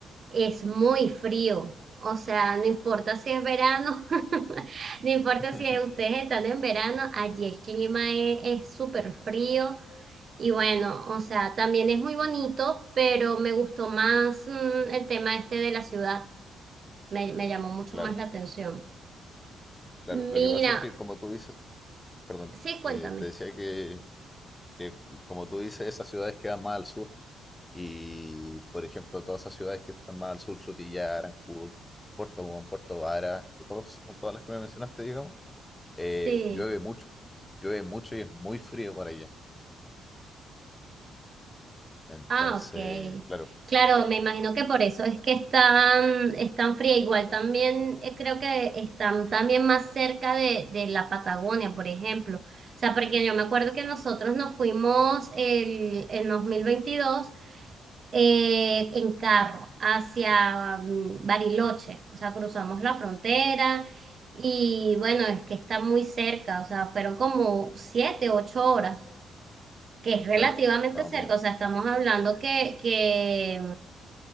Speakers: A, on the right (about 45°); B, on the left (about 15°).
A: es muy frío. O sea, no importa si es verano, <laughs> no importa
B: <laughs>
A: si ustedes están en verano, allí el clima es es súper frío. Y bueno, o sea, también es muy bonito, pero me gustó más mm, el tema este de la ciudad. Me, me llamó mucho
B: Claro,
A: más la atención.
B: claro.
A: Mira,
B: Lo que pasa es que, como tú dices, perdón,
A: sí, cuéntame.
B: eh, te decía que, que, como tú dices, esas ciudades quedan más al sur y, por ejemplo, todas esas ciudades que están más al sur, Frutillar, Arancudo, Puerto Montt, Puerto Vara, que todos, son todas las que me mencionaste, digamos, eh,
A: Sí.
B: llueve mucho, llueve mucho y es muy frío por allá. Entonces,
A: Ah, ok.
B: claro,
A: Claro, me imagino que por eso es que están, están fría. Igual también eh, creo que están también más cerca de, de la Patagonia, por ejemplo. O sea, porque yo me acuerdo que nosotros nos fuimos el, en 2022 eh, en carro hacia mm, Bariloche, o sea, cruzamos la frontera y bueno, es que está muy cerca, o sea, fueron como siete, ocho horas, que es relativamente
B: claro, más
A: cerca,
B: o menos.
A: o sea, estamos hablando que, que,